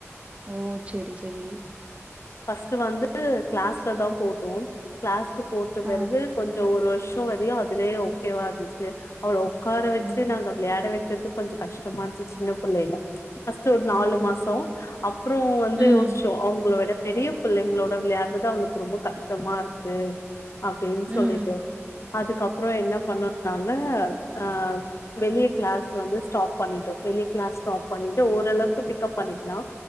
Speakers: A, on the right; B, on the left.
A: ஓ சேரி சேரி
B: ஃபஸ்ட் வந்து கிளாஸ்லதா போட்டோ கிளாஸ்ல போட்ட
A: ஆ.
B: பிறகு கொஞ்சோ ஒரு வருஷ் ட்டோ வரியு அதிலயே ஓக்கேவா இருந்துச்சி அவள உக்கார வச்சி
A: ம்.
B: நாங்க விளையாட வக்கிறது கொஞ்ச கஷ்டமா இருந்துச்சி சின்ன புள்ளையில்ல ஃபஸ்ட் நாலு மாசோ அப் ப்புறோ வந்து
A: ம்.
B: யோச் ப்போ அவங்கள விட பெரிய பிள்ளைங்களோட விளையாறது அவுளுக்கு ரொம்ப கஷ்டமா இருக்கு அப்பிடின்
A: ம்.
B: சொல்லிட்டு அதுக்கப்புறோ என்ன பண்ணுனாங்க ஆ வெளிய கிளாஸ் வந்து ஸ்டாப் பண்ணிட்டோ வெளிய கிளாஸ் ஸ்டாப் பண்ணிட்டு ஓரளவுக்கு பிக்ப் பண்ணிக்கலா